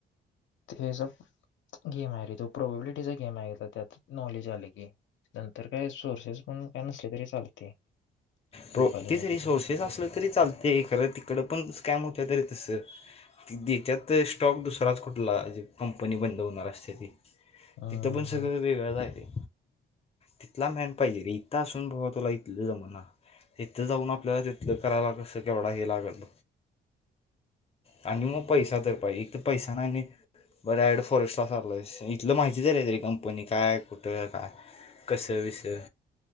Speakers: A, on the left; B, on the left.
A: ते हे सब गेम आहे रे तो. प्रॉबबिलिटीचा गेम आहे. तर त्यात नॉलेज वाली गेम. नंतर काय सोर्सेस पण काय नसले तरी चालते. क्लिप
B: प्र
A: आली
B: ति
A: नाही
B: जरी
A: तरी
B: सोर्सेस असले तरी चालते खरं तिकडं पण स्कॅम होत तरी तस. ती देच्यात स्टॉक दुसराच खुटला कंपनी बंद होणार असते ती.
A: हम्म,
B: तिथं पण सगळं वेगळं रा आहे. तिथला मॅन पाहिजे रे, इत असून भावा तुला इथलं जमना. तिथं जाऊन आपल्याला तिथलं करायला कसं केवढा हे लागल. आणि मग पैसा तर पाहिजे, इथ पैसा नाही आणि बर डायरेक्ट फॉरेस्ट ला चल लाईस, इथंल माहिती तरी आहेत, कंपनी काय कुठं काय. कसं विसं.